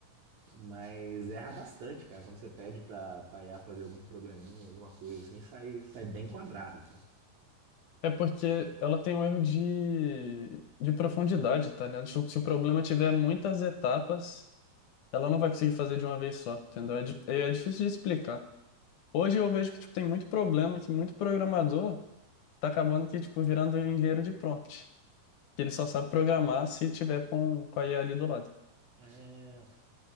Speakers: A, on the right; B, on the left.
A: Mas erra bastante, cara, quando você pede pra, pra IA fazer algum programinha, alguma coisa assim, sai, sai bem quadrado, cara.
B: É porque ela tem um erro de, de profundidade, tá ligado? Tipo, se o problema tiver muitas etapas, ela não vai conseguir fazer de uma vez só, entendeu? É, di- é é difícil de explicar. Hoje eu vejo que, tipo, tem muito problema, que muito programador tá acabando que, tipo, virando engenheiro de prompt. Que ele só sabe programar se tiver com, com a IA ali do lado.
A: É,